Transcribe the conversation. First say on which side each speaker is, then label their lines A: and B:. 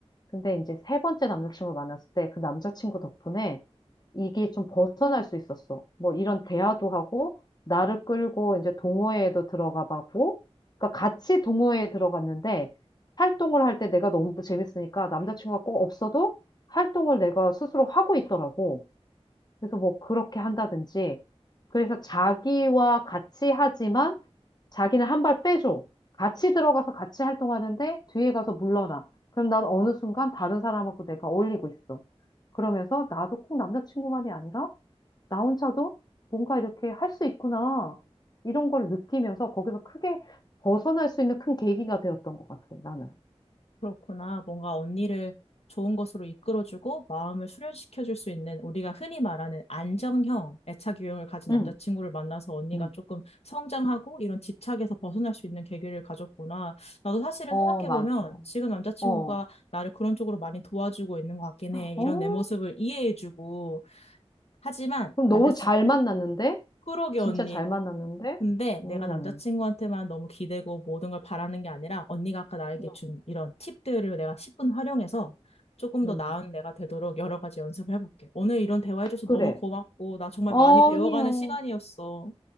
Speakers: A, on the left; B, on the left.
A: 근데 이제 세 번째 남자친구를 만났을 때 그 남자친구 덕분에 이게 좀 벗어날 수 있었어. 뭐 이런 대화도 하고, 나를 끌고 이제 동호회에도 들어가 봤고, 그러니까 같이 동호회에 들어갔는데, 활동을 할 때 내가 너무 재밌으니까 남자친구가 꼭 없어도 활동을 내가 스스로 하고 있더라고. 그래서 뭐 그렇게 한다든지. 그래서 자기와 같이 하지만 자기는 한 발 빼줘. 같이 들어가서 같이 활동하는데 뒤에 가서 물러나. 그럼 난 어느 순간 다른 사람하고 내가 어울리고 있어. 그러면서 나도 꼭 남자친구만이 아니라 나 혼자도 뭔가 이렇게 할 수 있구나. 이런 걸 느끼면서 거기서 크게 벗어날 수 있는 큰 계기가 되었던 것 같아, 나는.
B: 그렇구나. 뭔가 언니를 좋은 것으로 이끌어주고 마음을 수련시켜줄 수 있는 우리가 흔히 말하는 안정형 애착 유형을 가진
A: 응,
B: 남자친구를 만나서 언니가
A: 응.
B: 조금 성장하고 이런 집착에서 벗어날 수 있는 계기를 가졌구나. 나도 사실은
A: 어,
B: 생각해보면
A: 맞아.
B: 지금 남자친구가
A: 어.
B: 나를 그런 쪽으로 많이 도와주고 있는 것 같긴 해.
A: 어,
B: 이런 내 모습을 이해해주고. 하지만
A: 그럼
B: 남자,
A: 너무 잘 만났는데?
B: 그러게
A: 진짜
B: 언니.
A: 잘 만났는데?
B: 근데 내가
A: 음,
B: 남자친구한테만 너무 기대고 모든 걸 바라는 게 아니라 언니가 아까 나에게
A: 음.
B: 준 이런 팁들을 내가 10분 활용해서 조금
A: 음.
B: 더 나은 내가 되도록 여러 가지 연습을 해볼게. 오늘 이런 대화해줘서
A: 그래.
B: 너무 고맙고 나 정말
A: 아니요.
B: 많이 배워가는 시간이었어.